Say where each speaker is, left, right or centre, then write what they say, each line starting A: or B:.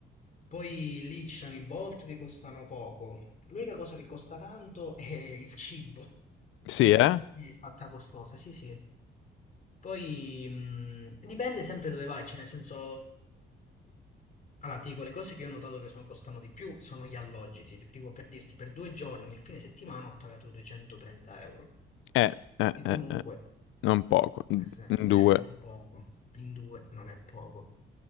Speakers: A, on the left (about 40°); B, on the left (about 80°).
A: Poi lì ci sono i Bolt che costano poco. L'unica cosa che costa tanto è il cibo.
B: Sì,
A: Non so
B: eh?
A: perché è fatta costosa, sì, sì. Poi mh, dipende sempre dove vai, cioè nel senso. Allora, ti dico, le cose che io ho notato che sono- costano di più sono gli alloggi. Ti- Tipo, per dirti, per due giorni, il fine settimana ho pagato 230 euro.
B: Eh, eh,
A: E comunque,
B: eh, eh. Non poco,
A: eh
B: un
A: sì, eh,
B: due.
A: non poco, in due non è poco.